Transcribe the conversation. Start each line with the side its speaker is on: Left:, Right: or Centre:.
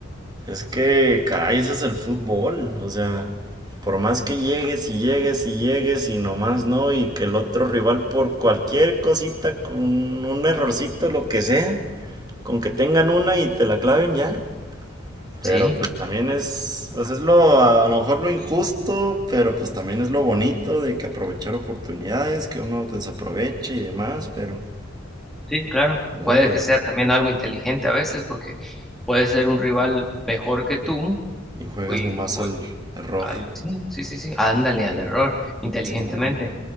Right: Es que, caray, ese es el fútbol. O sea, por más que llegues y llegues y llegues y nomás no, y que el otro rival por cualquier cosita, con un errorcito, lo que sea, con que tengan una y te la claven ya. Pero
Centre: Sí,
Right: pues también es, pues es lo, a lo mejor lo injusto, pero pues también es lo bonito de que aprovechar oportunidades, que uno desaproveche y demás, pero
Centre: sí, claro.
Right: no,
Centre: Puede
Right: pero
Centre: que sea también algo inteligente a veces, porque puede ser un rival mejor que tú
Right: y juegas
Centre: y
Right: nomás
Centre: pues,
Right: al error,
Centre: al, sí, sí, sí, sí, ándale al error inteligentemente,
Right: Simón.